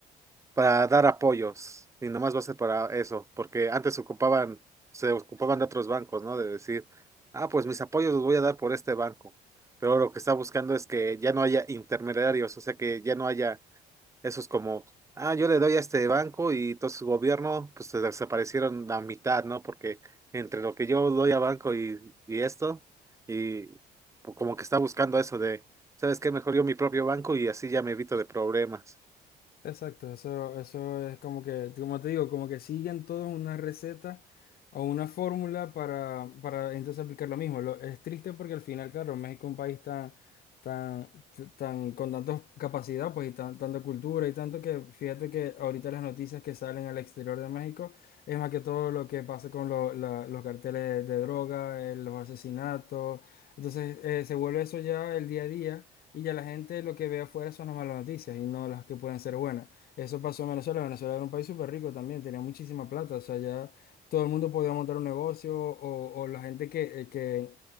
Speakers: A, on the right; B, on the left.
A: para dar apoyos y nomás va a ser para eso, porque antes ocupaban, se ocupaban de otros bancos, ¿no? De decir, ah, pues mis apoyos los voy a dar por este banco, pero lo que está buscando es que ya no haya intermediarios, o sea, que ya no haya esos como, ah, yo le doy a este banco y entonces su gobierno, pues se desaparecieron la mitad, ¿no? Porque entre lo que yo doy a banco y, y esto, y como que está buscando eso de, ¿sabes qué? Mejor yo mi propio banco y así ya me evito de problemas.
B: Exacto, eso, eso es como que, como te digo, como que siguen todos una receta o una fórmula para, para entonces aplicar lo mismo. Lo- es triste porque al final, claro, México es un país tan, tan, t- tan, con tantas capacidad, pues, y tan, tanta cultura y tanto que, fíjate que ahorita las noticias que salen al exterior de México es más que todo lo que pasa con lo- la- los carteles de droga, eh, los asesinatos. Entonces, eh, se vuelve eso ya el día a día y ya la gente lo que ve afuera son las malas noticias y no las que pueden ser buenas. Eso pasó en Venezuela. Venezuela era un país súper rico también, tenía muchísima plata, o sea, ya todo el mundo podía montar un negocio o, o la gente que, eh, que,